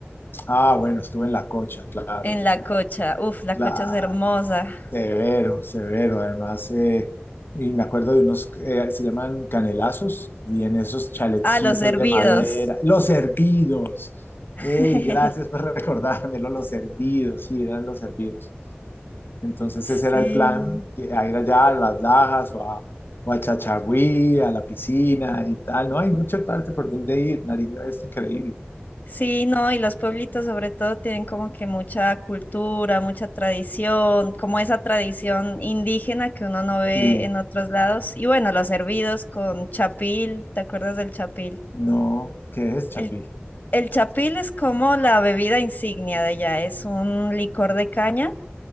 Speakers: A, on the left (about 55°); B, on the left (about 40°).
A: Ah, bueno, estuve en la cocha, claro.
B: En
A: O
B: la
A: sea,
B: cocha. Uf, la
A: claro.
B: cocha es hermosa.
A: Severo, severo. Además, eh, y me acuerdo de unos, eh, se llaman canelazos, y en esos chaletcitos
B: Ah, los hervidos.
A: de madera, los hervidos.
B: <laughs>
A: ¡Ey, gracias por <laughs> recordármelo! Los hervidos, sí, eran los hervidos. Entonces
B: Sí.
A: ese era el plan, que a ir allá a las Lajas o a, o a Chachagüí, a la piscina y tal. No, hay mucha parte por donde ir. Nariño es increíble.
B: Sí, no, y los pueblitos sobre todo tienen como que mucha cultura, mucha tradición, como esa tradición indígena que uno no ve
A: Sí,
B: en otros lados. Y bueno, los hervidos con chapil, ¿te acuerdas del chapil?
A: no, ¿qué es Chapil?
B: El, el chapil es como la bebida insignia de allá, es un licor de caña,